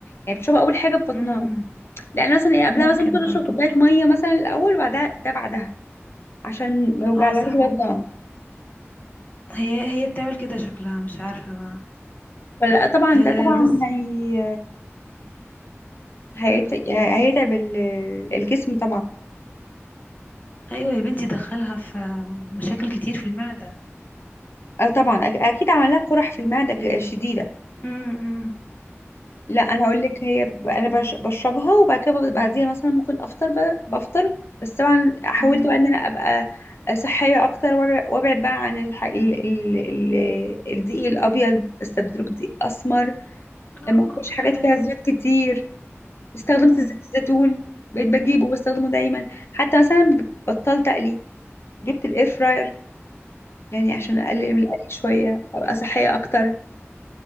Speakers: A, on the left; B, on the left.
A: يعني بتشربها اول حاجه في بطنها
B: امم
A: لان مثلا إيه، قبلها
B: ممكن
A: مثلا ممكن
B: برضو
A: اشرب كوبايه ميه مثلا الاول وبعدها ده بعدها عشان ما يوجعلهاش
B: اه صح ممكن
A: بطنها
B: هي هي بتعمل كده شكلها مش عارفة بقى
A: فلا طبعا ده
B: أه
A: طبعا
B: بس
A: هي هيت-
B: مم.
A: هيتعب ال- الجسم طبعا
B: أيوة يا بنتي دخلها في مشاكل كتير في المعدة
A: آه طبعا أك- اكيد عمل لها قرح في المعده ج- شديده
B: امم
A: لا انا اقول لك هي ب- انا بش- بشربها وبعد كده ب- بعديها مثلا ممكن افطر ب- بفطر بس طبعا حاولت
B: امم
A: بقى ان انا ابقى صحيه اكتر وابع- وابعد بقى عن الح... ال... ال... ال... الدقيق الابيض بستبدله بدقيق اسمر
B: آه،
A: ما اكلش حاجات
B: حلو
A: فيها زيوت كتير استخدمت
B: مم.
A: زيت الزيتون بقيت بجيبه واستخدمه دايما حتى مثلا بطلت اقلي جبت الاير فراير يعني عشان اقلل من القلي شويه ابقى صحيه اكتر